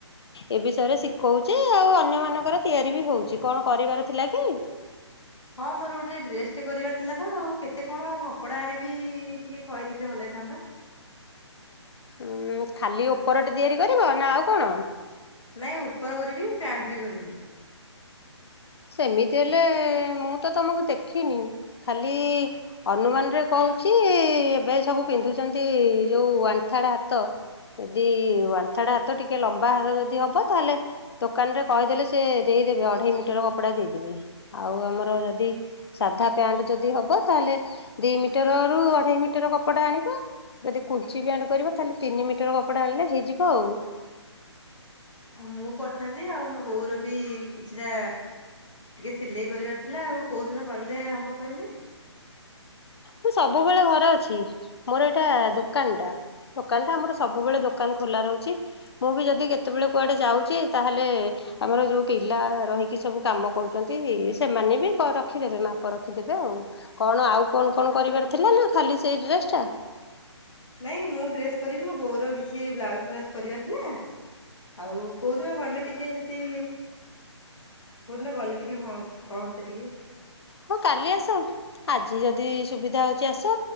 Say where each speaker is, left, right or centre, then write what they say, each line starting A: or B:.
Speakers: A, on the left; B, on the left.
A: ଏ ବିଷୟରେ ଶିଖଉଛି ଆଉ ଅନ୍ୟମାନଙ୍କର ତିଆରି ବି ହଉଛି। କଣ କରିବାର ଥିଲା କି?
B: ହଁ ମୋର ଗୋଟେ ଡ୍ରେସ ଟେ କରିବାର ଥିଲା ତ ଆଉ କେତେ କଣ କପଡା ଆଣିବି ଟିକେ କହିଥିଲେ ଭଲ ହେଇଥାନ୍ତା।
A: ଉଁ ଖାଲି ଉପରଟେ ତିଆରି କରିବ ନା ଆଉ କଣ?
B: ନାଇଁ ଉପର କରିବି ପ୍ୟାଣ୍ଟ ବି କରିବି।
A: ସେମିତି ହେଲେ ମୁଁ ତ ତମକୁ ଦେଖିନି। ଖାଲି ଅନୁମାନ ରେ କହୁଛି ଏବେ ସବୁ ପିନ୍ଧୁଛନ୍ତି ଯୋଉ ୱାନ୍ ଡ ହାତ ଯଦି ୱାନ୍ ଡ ହାତ ଟିକେ ଲମ୍ବା ହାତ ଯଦି ହବ ତାହେଲେ ଦୋକାନରେ କହିଦେଲେ ସେ ଦେଇଦେବେ ଅଢେଇ ମିଟର କପଡା ଦେଇଦବି ଆଉ ଆମର ଯଦି ସାଧା ପ୍ୟାଣ୍ଟ ଯଦି ହବ ତାହେଲେ ଦି ମିଟର ରୁ ଅଢେଇ ମିଟର କପଡା ଆଣିବ ଯଦି କୁଞ୍ଚି ପ୍ୟାଣ୍ଟ କରିବ ତାହେଲେ ତିନି ମିଟର କପଡା ଆଣିଲେ ହେଇଯିବ ଆଉ।
B: ମୁଁ କରିଥାନ୍ତି ଆଉ ମୋ ବୋଉର ବି କିଛିଟା ଟିକେ ସିଲେଇ କରିବାର ଥିଲା ଆଉ କୋଉ ଦିନ କଲେ ହବ କହିଲେ?
A: ମୁଁ ସବୁବେଳେ ଘରେ ଅଛି। ମୋର ଏଇଟା ଦୋକାନଟା ଦୋକାନଟା ଆମର ସବୁବେଳେ ଦୋକାନ ଖୋଲା ରହୁଛି। ମୁଁ ବି ଯଦି କେତେବେଳେ କୁଆଡ଼େ ଯାଉଛି ତାହେଲେ ଆମର ଯେଉଁ ପିଲା ରହିକି ସବୁ କାମ କରୁଛନ୍ତି ସେମାନେ ବି ରଖିଦେବେ ମାପ ରଖିଦେବେ ଆଉ କଣ ଆଉ କଣ କଣ କରିବାର ଥିଲା ନା ଖାଲି ସେଇ ଡ୍ରେସ ଟା।
B: ନାଇଁ ମୁଁ ଡ୍ରେସ କରିବି ମୋ ବୋଉର କିଛି ବ୍ଲାଉଜ ଫ୍ଲାଉଜ କରିବାର ଥିଲା ଆଉ କୋଉଦିନ କିଲ ଟିକେ <inaudible> ଯଦି କୋଉଦିନ କଲେ ଟିକେ ହ କହନ୍ତେ ଟିକେ
A: ହଁ କାଲି ଆସ। ଆଜି ଯଦି ସୁବିଧା ହେଉଛି ଆସ